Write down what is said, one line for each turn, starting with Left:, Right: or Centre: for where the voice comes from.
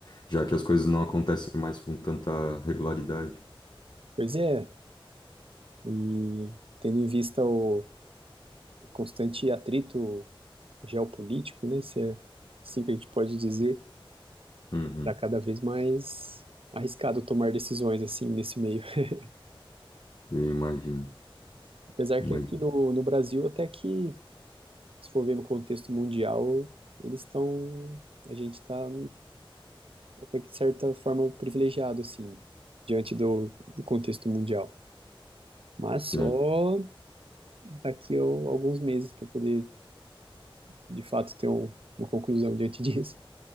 Left: já que as coisas não acontecem mais com tanta regularidade.
Right: Pois é, e tendo em vista o constante atrito geopolítico, né? Se é assim que a gente pode dizer,
Left: Uhum,
Right: está cada vez mais arriscado tomar decisões assim nesse meio. <laughs>
Left: eu imagino,
Right: Apesar
Left: imagino.
Right: que aqui no, no Brasil, até que, se for ver no contexto mundial, eles estão. A gente está, até que de certa forma, privilegiado, assim, diante do, do contexto mundial. Mas só
Left: Sim,
Right: daqui a alguns meses para poder, de fato, ter um- uma conclusão diante <laughs> disso.